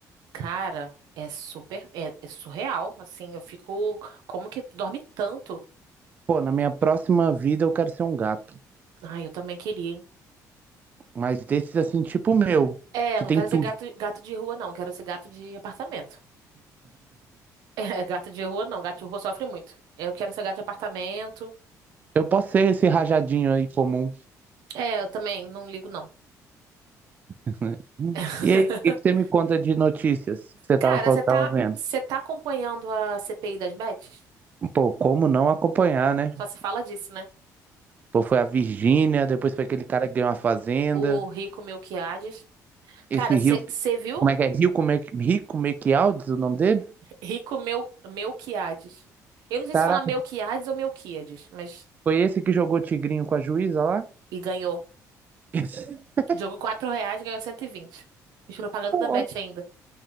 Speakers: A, on the right (about 80°); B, on the right (about 25°).
A: Cara, é super, é, é surreal, assim, eu fico, como que tu dorme tanto?
B: Pô, na minha próxima vida eu quero ser um gato.
A: Ai, eu também queria, hein?
B: Mas desses assim, tipo o meu,
A: É,
B: que
A: não
B: tem
A: quero
B: tudo.
A: ser gato, gato de rua, não, quero ser gato de apartamento. <laughs> É, gato de rua, não, gato de rua sofre muito. Eu quero ser gato de apartamento.
B: Eu posso ser esse rajadinho aí comum.
A: É, eu também não ligo, não.
B: <laughs>
A: <laughs>
B: E aí, o que que você me conta de notícias que você
A: Cara,
B: tava falando
A: você
B: que
A: tá,
B: tava vendo?
A: você tá acompanhando a CPI das Bets?
B: Pô, como não acompanhar, né?
A: Só se fala disso, né?
B: Pô, foi a Virgínia, depois foi aquele cara que ganhou a fazenda.
A: O Rico Melquiades. Cara,
B: Esse
A: você
B: Rio,
A: você viu
B: como é que é? Rio Come- Rico Mequialdes, o nome dele?
A: Rico Mel, Melquiades? Eu não sei
B: Caraca,
A: se fala Melquiades ou Melquíades, mas
B: foi esse que jogou tigrinho com a juíza lá?
A: E ganhou.
B: <laughs>
A: Jogou 4 reais, ganhou cento e vinte Fiz propaganda
B: Pô,
A: da Bet ainda.